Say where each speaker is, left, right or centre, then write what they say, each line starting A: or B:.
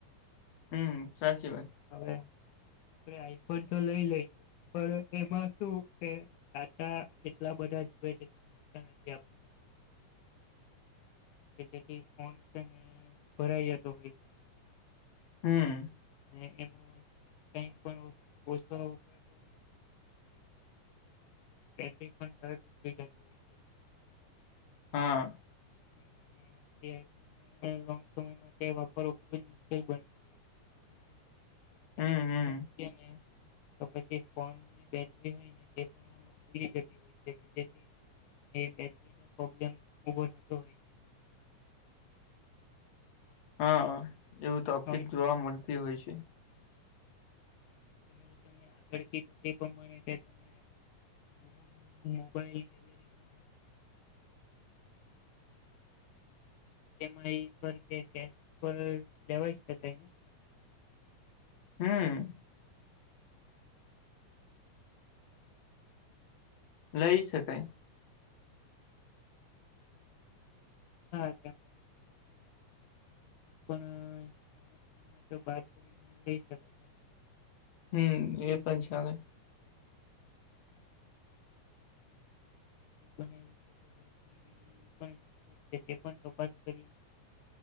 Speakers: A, on the left (about 60°); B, on the left (about 80°).
A: હમ્મ, સાચી વાત.
B: હવે આપડે આઈફોન તો લઈ લઈ પણ એમાં શું કે દાતા એટલા બધા જુએ ને <inaudible> કે જેથી ફોન છે ને ભરાઈ જતો હોય છે.
A: હમ્મ.
B: <inaudible> <inaudible> બેટરી પણ તરત ઉતરી જતી હોય છે.
A: હા.
B: અને એને આઈફોન લોંગ સમય માટે વાપરવો ખુબ જ મુશ્કેલ બને. <inaudible>
A: હમ હમ
B: મૂકીએ ને. તો પછી ફોનની બેટરી હોય ને તે પણ ફૂલી જતી હોય છે કે જેથી એ બેટરી નો પ્રોબ્લેમ ઉભો થતો હોય છે.
A: હા, એવું તકલીફ
B: હવે
A: જોવા મળતી હોય છે.
B: તમે જે તમે આગળ કીધું તે પ્રમાણે <inaudible> લુમોન મોબાઈલ ગેલેરી પણ ઈ એમ આઈ પર કે કેશ પર લેવાય શકાય ને?
A: હમ્મ. લઈ શકાય.
B: હા <inaudible> કિંમતો બાદ કરીને લઈ શકાય. હેને?
A: હમ્મ, એ પણ છે હવે.
B: <inaudible> એવી પણ જોઈતું છે તે પણ તપાસ કરી.